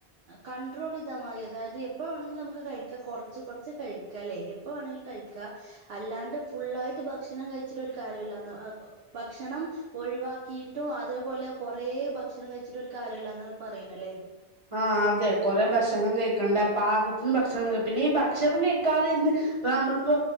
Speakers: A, on the right; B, on the right.
A: കണ്ടട്രോൾ ചെയ്താൽ മതി അതായത് എപ്പോഴ വേണെങ്കിലും നമുക്ക് കഴിക്കാം കുറച്ച് റച്ച് കഴിക്കല്ലേ എപ്പാണെങ്കിലും കഴിക്കുക അല്ലാണ്ട് ഫുള്ളായിട്ട് ഭക്ഷണം കഴിച്ചിട്ട ഒരു കാര്യമുണ്ടാവൂല ഭക്ഷണം ഒഴിവാക്കിയിട്ടും അതേപോലെ കുറേ ഭക്ഷണം കഴിച്ചിട്ടും ഒരു കാര്യല്ല എന്ന പറയുന്നല്ലേ
B: ആഹ അതെ കൊറെേ ഭക്ഷണം കഴിക്കണ്ട പാകത്തിന് ഭക്ഷണം കഴിക്ക പിന്നെ ഈ ഭക്ഷണം കഴിക്കാതിരുന്ന് അപ്പ നമ്മളിപ്പോ